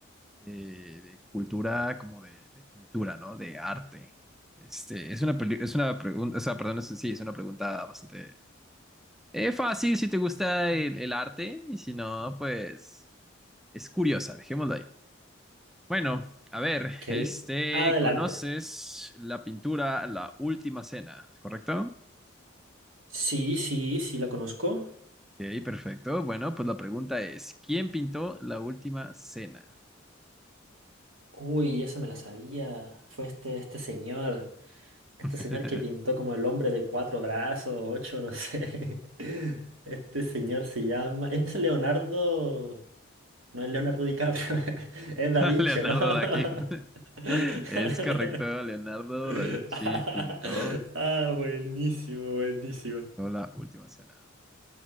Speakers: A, in the centre; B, on the right (about 80°).
A: de- de cultura, como de, de pintura, ¿no? De arte. Este, es una, peli- es una pregunta, o sea, perdón, es- sí, es una pregunta bastante. Es fácil si te gusta el, el arte y si no, pues es curiosa, dejémoslo ahí. Bueno, a ver,
B: Ok,
A: este,
B: adelante.
A: ¿conoces la pintura La Última Cena? ¿Es ¿Correcto?
B: Sí, sí, sí, la conozco.
A: Ok, perfecto. Bueno, pues la pregunta es, ¿quién pintó La Última Cena?
B: Uy, esa me la sabía. Fue este, este señor,
A: <laughs>
B: este señor que pintó como el hombre de cuatro brazos, ocho, no sé. <laughs> Este señor se llama... Es Leonardo... No es Leonardo DiCaprio, <laughs> es Da Vinci,
A: Leonardo
B: ¿no? <laughs> <laughs>
A: da Vinci. <laughs> Es correcto, Leonardo da Vinci pintó
B: Ah, buenísimo, buenísimo.
A: La Última Cena.